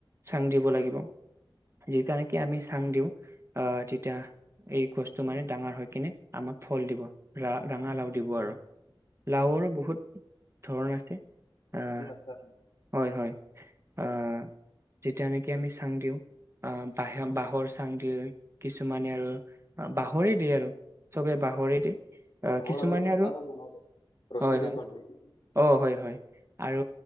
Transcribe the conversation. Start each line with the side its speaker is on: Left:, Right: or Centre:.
Right: চাং দিব লাগিব। যেতিয়া নেকি আমি চাং দিও আহ তেতিয়া এই গছটো মানে ডাঙৰ হৈ কিনে আমাৰ ফল দিব ৰা ৰঙা লাও দিব আৰু লাওৰো
Left: অ
Right: বহুত ধৰণ আছে আহ
Left: ন
Right: হয় হয় আহ যেতিয়া নেকি আমি চাং দিওঁ আহ বাঁহে বাঁহৰ চাং দি কিছুমানে আৰু বাঁহৰে দিয়ে আৰু চবে বাহৰে দি আহ
Left: হাহৰ
Right: কিছুমানে
Left: খুটাৰো
Right: আৰু
Left: বনাব পাৰি ৰছীৰে
Right: হয় হয়
Left: বান্ধি কিনে
Right: অ হয় হয় আৰু